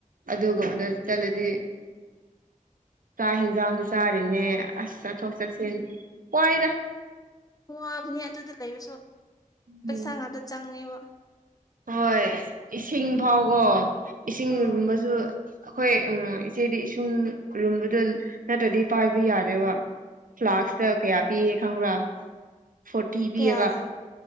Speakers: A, on the right; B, on the left.
A: ꯑꯗꯨꯒꯨꯕꯗ
B: ꯎꯝ
A: ꯆꯠꯂꯗꯤ ꯆꯥꯛ ꯍꯦꯟꯖꯥꯡꯖꯨ ꯆꯥꯔꯤꯅꯦ ꯑꯁ ꯆꯠꯊꯣꯛ ꯆꯠꯁꯤꯟ ꯋꯥꯏꯗ
B: ꯋꯥꯕꯅꯦ ꯑꯗꯨꯗ ꯂꯩꯕꯁꯨ ꯄꯩꯁꯥ
A: ꯎꯝ
B: ꯉꯥꯛꯇ ꯆꯪꯉꯦꯕ
A: ꯍꯣꯏ ꯏꯁꯤꯡ ꯐꯥꯎꯀꯣ ꯏꯁꯤꯡ
B: ꯑꯣ
A: ꯂꯨꯝꯕꯁꯨ ꯑꯩꯈꯣꯏ ꯎꯝ ꯏꯆꯦꯗꯤ ꯏꯁꯨꯡ ꯂꯨꯝꯕꯗꯨ ꯅꯠꯇ꯭ꯔꯗꯤ ꯄꯥꯏꯕ ꯌꯥꯗꯦꯕ ꯐ꯭ꯂꯥꯛꯁꯇ
B: ꯑꯣ
A: ꯀꯌꯥ ꯄꯤꯌꯦ ꯈꯪꯕ꯭ꯔꯥ ꯐꯣꯔꯇꯤ ꯄꯤꯌꯦꯕ
B: ꯀꯌꯥꯅꯣ